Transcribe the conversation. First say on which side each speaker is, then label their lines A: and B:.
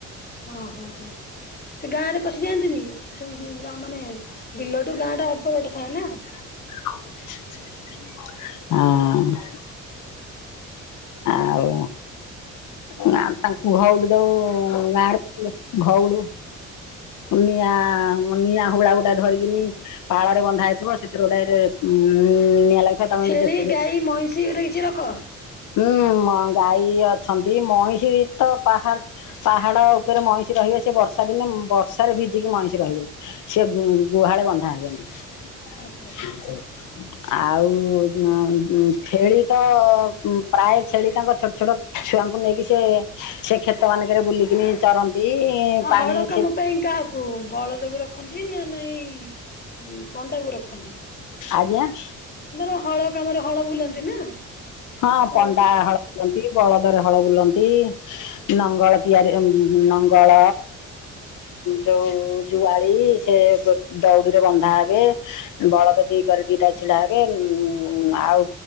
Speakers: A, on the left; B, on the left.
A: ଓଁ ହଁ ହଁ ସେ ଗାଁ ରେ ପଶିଯାଆନ୍ତିନି? ହୁଁ ହୁଁ ଗାଁ ମାନେ ବିଲ ଠୁ ଗାଁ ଟା ଅଳ୍ପ ବାଟ ଥାଏ ନା?
B: ଆଁ ଆଉ ନା ତାଙ୍କୁ ଘଉଡି ଦଉ ଗାଁରେ ଘଉଡୁ ନିଆଁ ନିଆଁ ହୁଳାଗୁଟା ଧରିକିନି ପାଳରେ ବନ୍ଧା ହେଇଥିବ ସେଥିରେ ଗୋଟାରେ ଉ ନିଆଁ ଲାଗିଥିବ ତାଙ୍କୁଏମିତି
A: ଛେଳି
B: ଦେଖିଦେଲେ
A: <unintelligible> ରଖ
B: ହୁଁ ଗାଈ ଅଛନ୍ତି ମଇଷି ତ ପାହା ପାହାଡ଼ ଉପରେ ମଇଁଷି ରହିବେ ସେ ବର୍ଷା ଦିନେ ବର୍ଷାରେ ଭିଜିକି ମଇଁଷି ରହିବେ। ସେ ଗୁ ଗୁହାଳେ ବନ୍ଧା ହେବେନି।
A: ଆଚ୍ଛା ଆଚ୍ଛା
B: ଆଉ ହଁ ଛେଳି ତ ପ୍ରାୟ ଛେଳି ତାଙ୍କ ଛୋଟ ଛୋଟ ଛୁଆଙ୍କୁ ନେଇକି ସେ ସେ କ୍ଷେତ ମାନଙ୍କରେ ବୁଲିକିନି ଚରନ୍ତି।
A: ହଁ
B: ପାଣି
A: ହଳ କାମ
B: ସେ
A: ପାଇଁ କାହାକୁ ବଳଦ କୁ ରଖ? ରଖନ୍ତି ନା ନାଇଁ ପଣ୍ଡାକୁ ରଖନ୍ତି।
B: ଆଜ୍ଞା।
A: ଧର ହଳ କାମରେ ହଳ ବୁଲନ୍ତି ନା?
B: ହଁ
A: ତ
B: ପଣ୍ଡା ହଳ ବୁଲନ୍ତି ବଳଦରେ ହଳ ବୁଲନ୍ତି। ନଙ୍ଗଳ ତିଆରି ନଙ୍ଗଳ ଯୋଉଁ ଜୁଆଳି ସେ ଦଉଡିରେ ବନ୍ଧା ହେବେ ବଳଦ ଦି କରେ ଦିଟା ଛିଡା ହେବେ ଉ ଆଉ